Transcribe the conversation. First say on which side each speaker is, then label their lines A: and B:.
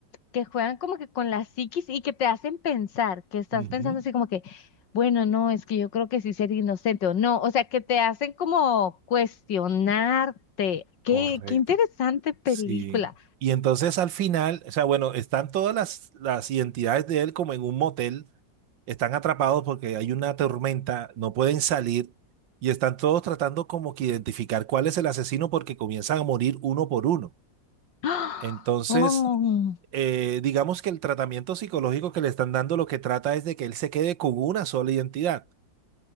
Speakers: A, on the left; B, on the right.
A: que juegan como que con la psiquis y que te hacen pensar, que estás
B: Ujú,
A: pensando así como que, bueno, no, es que yo creo que sí ser inocente o no, o sea, que te hacen como cuestionarte.
B: Correcto.
A: Qué, qué interesante película.
B: Sí. Y entonces al final, o sea, bueno, están todas las, las identidades de él como en un motel, están atrapados porque hay una tormenta, no pueden salir y están todos tratando como que identificar cuál es el asesino porque comienzan a morir uno por uno.
A: <gasps> ¡Ah!
B: Entonces,
A: Oh,
B: eh, digamos que el tratamiento psicológico que le están dando lo que trata es de que él se quede con una sola identidad.